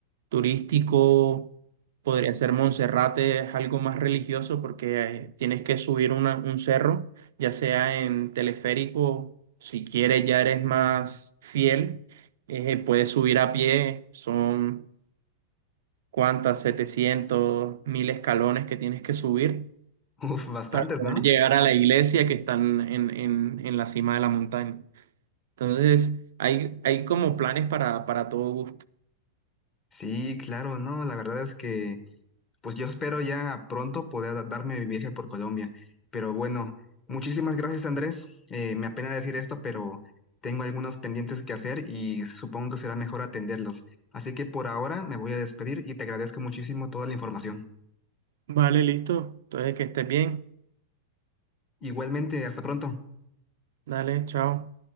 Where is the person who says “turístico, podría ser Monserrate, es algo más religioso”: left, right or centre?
Right